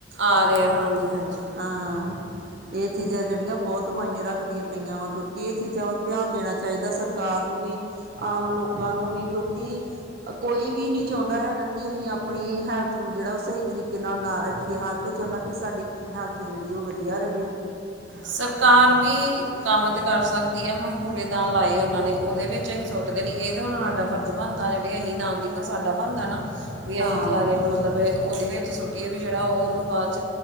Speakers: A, on the right; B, on the right.
A: ਆ ਰਿਹਾ ਹਾਂਜੀ ਹਾਂਜੀ
B: ਹਾਂ ਇਹ ਚੀਜ਼ਾਂ ਜਿਹੜੀਆਂ ਬਹੁਤ ਮਾਇਨੇ ਰੱਖਦੀਆਂ। ਪਈਆਂ ਵਾ ਕਿਉਂਕਿ ਇਹ ਚੀਜ਼ਾਂ ਵੱਲ ਧਿਆਨ ਦੇਣਾ ਚਾਹੀਦਾ ਸਰਕਾਰ ਨੂੰ ਵੀ ਆਮ ਲੋਕਾਂ ਨੂੰ ਵੀ ਕਿਉਂਕਿ ਕੋਈ ਵੀ ਨਹੀਂ ਚਾਹੁੰਦਾ ਹੈਗਾ ਕਿ ਅਸੀਂ ਆਪ ਣੀ ਹੈਲਥ ਨੂੰ ਜਿਹੜਾ ਉਹ ਸਹੀ ਤਰੀਕੇ ਨਾਲ ਨਾ ਰੱਖੀਏ ਹਰ ਕੋਈ ਚਾਹੁੰਦਾ ਕਿ ਸਾਡੀ ਹੈਲਥ ਜਿਹੜੀ ਉਹ ਵਧੀਆ ਰਵੇ।
A: ਸਰਕਾਰ ਵੀ ਕੰਮ ਤੇ ਕਰ ਸਕਦੀ ਹੈ ਹੁਣ ਕੂੜੇਦਾਨ ਲਾਏ ਉਹਨਾਂ ਨੇ ਉਹਦੇ ਵਿੱਚ ਸੁੱਟਦੇ ਨਹੀਂ ਇਹ ਤਾਂ ਹੁਣ ਸਾਡਾ ਫਰਜ਼ ਬਣਦਾ ਜਿਹੜੇ ਇਹੀ ਨਾਗਿਕ ਆ ਸਾਡਾ ਬਣਦਾ ਨਾ। ਵੀ
B: ਹਾਂ
A: ਅਸੀਂ ਖਲਾਰੇ ਨੂੰ ਮਤਲਬ ਇਹ ਉਹਦੇ ਵਿੱਚ ਸੁੱਟੀਏ ਵੀ ਜਿਹੜਾ ਉਹਨੂੰ ਬਾਅਦ'ਚ